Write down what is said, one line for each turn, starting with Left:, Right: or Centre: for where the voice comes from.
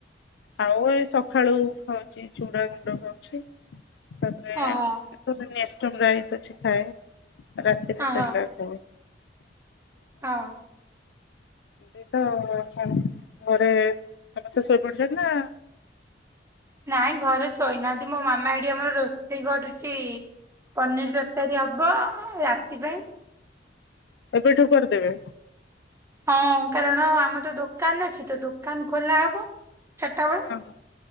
Left: ଆଉ ଏ ସଖାଳୁ ଖାଉଚି ଚୁଡା ଗୁଣ୍ଡ ଖାଉଛି। ତାପରେ
Right: ଓହୋ
Left: ଗୋଟେ ନେଷ୍ଟମ ରାଇସ ଅଛି ଖାଏ ରାତିରେ
Right: ଓହୋ
Left: ସେରଲାକ୍ ଖାଏ।
Right: ହଁ
Left: ସେଇ ତ ଆଉ ଛଡ଼ ଘରେ ସମସ୍ତେ ଶୋଇପଡିଚନ୍ତି ନା
Right: ନାଇଁ ଘରେ ଶୋଇନାହାନ୍ତି ମୋ ମାମା ଏଇଠି ଆମର ରୋଷେଇ କରୁଚି ପନିର ତରକାରୀ ହବ୍ ହବ ରାତି ପାଇଁ।
Left: ଏବେ ଠୁ କରିଦେବେ।
Right: ହଁ! କାରଣ ଆମର ଦୋକାନ୍‌ ଅଛି ତ, ଦୋକାନ୍‌ ଖୋଲା ହବ। ଚାର୍ଟା ବଳେ,
Left: ହଁ ହଁ